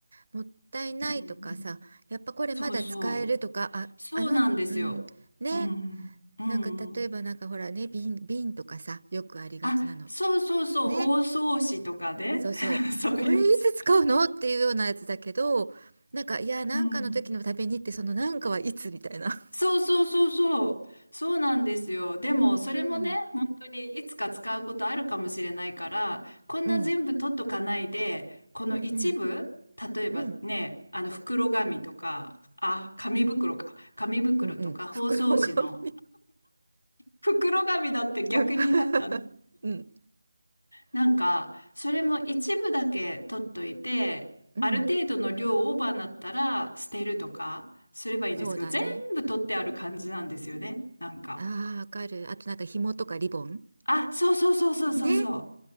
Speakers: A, on the right (about 70°); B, on the left (about 85°).
A: もったいないとかさ、
B: うんうん
A: やっぱこれまだ使えるとか、
B: そうそう。
A: あ、
B: そうなんですよ。
A: あの、うん、ね。
B: うん。うん。
A: なんか、例えばなんかほらね、
B: うん
A: 瓶、瓶とかさ、よくありがちなの。
B: あ、そうそうそう、
A: ね。
B: 包装紙とかね。
A: そうそう。
B: <laughs> そういうやつ。
A: これいつ使うのっていうようなやつだけど、なんか、いや、なんかの時のためにって、
B: うん。
A: そのなんかはいつみたいな。
B: そうそうそうそう。そうなんですよ。でも、それもね、
A: うん。
B: 本当にいつか使うことあるかもしれないから、こんな全部取っとかないで、
A: うん。
B: この一部、
A: うんうん。
B: 例えばね、
A: うん。
B: あの袋紙とか、あ、紙袋か。紙袋とか包装紙の
A: うんうん。袋紙
B: 袋紙だって逆になったね。
A: <laughs> うん。
B: なんか、それも一部だけ取っといて、
A: うん。
B: ある程度の量オーバーになったら捨てるとかすればいいんですけど、
A: そうだね。
B: 全部取ってある感じなんですよね。なんか。
A: ああ、わかる。あとなんか紐とかリボン
B: あ、そうそうそうそうそうそう。
A: ね。